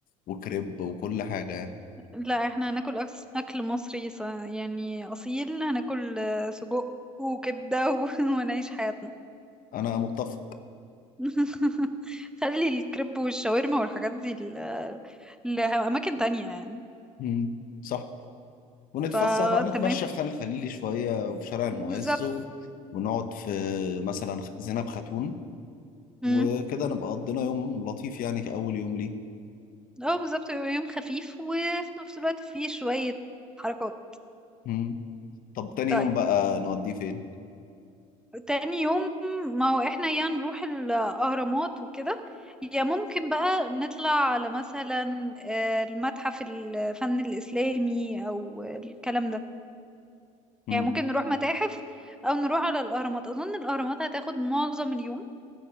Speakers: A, on the left; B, in the centre.
A: وكريب وكل حاجه يعني
B: لا احنا هناكل أكس- اكل مصري ص- يعني اصيل هناكل آه، سجق وكبده و... <laughs> ونعيش حياتنا
A: انا متفق
B: <laughs> خلي الكريب والشاورما والحاجات دي ل- لأماكن تانية يعني
A: مم، صح ونتفسح
B: فتمام
A: بقى نتمشى في خان الخليلي شويه وفي شارع المعز
B: بالظبط
A: و... ونقعد في مثلا زينب خاتون
B: امم
A: وكده نبقى قضينا يوم لطيف يعني كأول يوم ليه
B: اه بالظبط يبقى يوم خفيف وفي نفس الوقت فيه شوية حركات
A: مم. طب تاني
B: طيب
A: يوم بقى نوديه فين
B: تاني يوم ما هو احنا يا نروح الأهرامات وكده يا ممكن بقى نطلع على مثلا آه، المتحف الفن الإسلامي أو الكلام ده
A: مم.
B: يعني ممكن نروح متاحف أو نروح على الأهرامات أظن الأهرامات هتاخد معظم اليوم